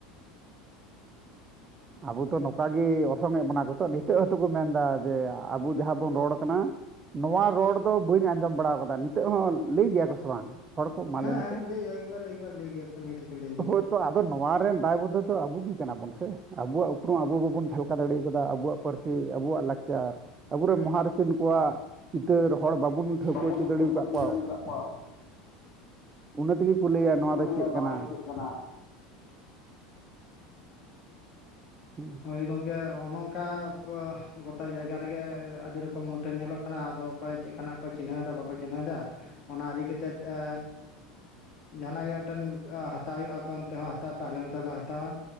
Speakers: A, on the right (about 30°); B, on the left (about 40°).
A: ᱟᱵᱚ ᱛᱚ ᱱᱚᱝᱠᱟ ᱜᱮ ᱚᱨᱥᱚᱝᱮᱫ ᱵᱚᱱᱟ ᱠᱚ ᱛᱚ ᱱᱤᱛᱚᱜ ᱦᱚᱸᱛᱚ ᱠᱚ ᱢᱮᱱᱫᱟ ᱡᱮ ᱟᱵᱚ ᱡᱟᱦᱟᱸ ᱵᱚᱱ ᱨᱚᱲ ᱠᱟᱱᱟ ᱾ ᱱᱚᱣᱟ ᱨᱚᱲ ᱫᱚ ᱵᱟᱹᱧ ᱟᱸᱡᱚᱢ ᱵᱟᱲᱟ ᱟᱠᱟᱫᱟ ᱱᱤᱛᱚᱜ ᱦᱚᱸ ᱞᱟᱹᱭ ᱜᱮᱭᱟ ᱠᱚ ᱥᱮ ᱵᱟᱝ ᱦᱚᱲ ᱠᱚ ᱢᱟ
B: ᱦᱮᱸ
A: ᱞᱟᱹᱭ ᱢᱮᱥᱮ
B: ᱦᱮᱸ ᱞᱟᱹᱭᱮᱭᱟ ᱮᱠᱵᱟᱨ ᱮᱠᱵᱟᱨ ᱞᱟᱹᱭ ᱜᱮᱭᱟ ᱠᱚ ᱱᱤᱛ ᱦᱚᱸᱠᱚ ᱞᱟᱹᱭ
A: ᱦᱳᱭᱛᱚ
B: ᱜᱮᱭᱟ ᱾
A: ᱟᱫᱚ ᱱᱚᱣᱟ ᱨᱮᱱ ᱫᱟᱭ ᱵᱳᱫᱷᱚ ᱫᱚ ᱟᱵᱩ ᱜᱮ ᱠᱟᱱᱟᱵᱚᱱ ᱥᱮ ᱟᱵᱚᱣᱟᱜ ᱩᱯᱨᱩᱢ ᱟᱵᱚ ᱵᱟᱵᱚᱱ ᱡᱷᱟᱞᱠᱟᱣ ᱫᱟᱲᱮ ᱟᱠᱟᱫᱟ ᱟᱵᱚᱣᱟᱜ ᱯᱟᱹᱨᱥᱤ ᱟᱵᱚᱣᱟᱜ ᱞᱟᱠᱪᱟᱨ ᱟᱵᱚᱨᱮᱱ ᱢᱚᱦᱟᱨᱤᱥᱤᱱ ᱠᱚᱣᱟᱜ ᱪᱤᱛᱟᱹᱨ ᱦᱚᱲ ᱵᱟᱵᱚᱱ ᱴᱷᱟᱹᱣᱠᱟᱹ
B: ᱵᱟᱵᱚᱱ
A: ᱦᱚᱪᱚ ᱫᱟᱲᱮ
B: ᱴᱷᱟᱹᱣᱠᱟᱹ
A: ᱟᱠᱟᱫ
B: ᱦᱚᱪᱚ
A: ᱠᱚᱣᱟ
B: ᱫᱟᱲᱮ ᱟᱠᱟᱫ ᱠᱚᱣᱟ
A: ᱾ ᱚᱱᱟᱹ ᱛᱮᱜᱮ ᱠᱚ ᱞᱟᱹᱭᱟ
B: ᱚᱱᱟ ᱛᱮᱜᱮ
A: ᱱᱚᱣᱟ
B: ᱠᱚ
A: ᱫᱚ
B: ᱞᱟᱹᱭᱟ
A: ᱪᱮᱫ
B: ᱱᱚᱣᱟ
A: ᱠᱟᱱᱟ᱾
B: ᱫᱚ ᱪᱮᱫ ᱠᱟᱱᱟ
A: ᱦᱩᱸ
B: ᱦᱳᱭ ᱜᱚᱝᱠᱮ ᱚᱱᱮ ᱚᱱᱠᱟ ᱜᱚᱴᱟ ᱡᱟᱭᱜᱟ ᱨᱮᱜᱮ ᱟᱹᱰᱤ ᱨᱚᱠᱚᱢ ᱢᱩᱴᱷᱟᱹᱱ ᱧᱮᱞᱚᱜ ᱠᱟᱱᱟ ᱟᱫᱚ ᱚᱠᱚᱭ ᱪᱮᱫ ᱞᱮᱠᱟᱱᱟᱜ ᱠᱚ ᱪᱤᱱᱦᱟᱹᱣ ᱮᱫᱟ ᱵᱟᱠᱚ ᱪᱤᱱᱦᱟᱹᱣ ᱮᱫᱟ ᱚᱱᱟ ᱤᱫᱤ ᱠᱟᱛᱮᱫ ᱟᱻ ᱡᱟᱦᱟᱸᱱᱟᱜ ᱜᱮ ᱢᱤᱫᱴᱮᱱ ᱦᱟᱛᱟᱣ ᱦᱩᱭᱩᱜᱼᱟᱯᱮ ᱚᱱᱛᱮ ᱦᱚᱸ ᱦᱟᱛᱟᱣ ᱯᱮ ᱟᱞᱮ ᱱᱚᱛᱮᱞᱮ ᱦᱟᱛᱟᱣᱟ